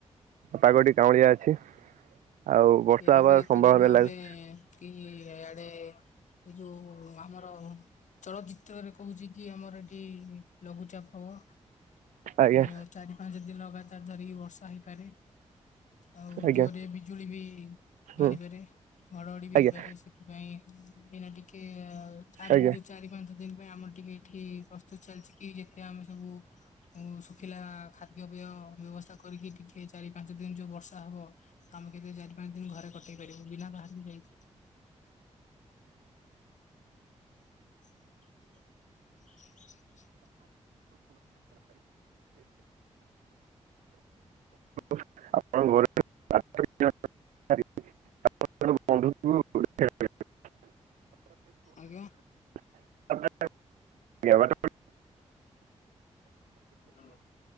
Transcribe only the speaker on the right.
ପାାଗଟି କାଉଁଳିଆ ଅଛି ଆଉ ବର୍ଷା
ହେବା
ସମ୍ଭବନା ହେଲାଣି।
ଆଜ୍ଞା।
ଆଜ୍ଞା
ହୁଁ
ଆଜ୍ଞା
ଆଜ୍ଞା
ଆପଣଙ୍କ ଘରେ <unintelligible> <unintelligible>
<unintelligible>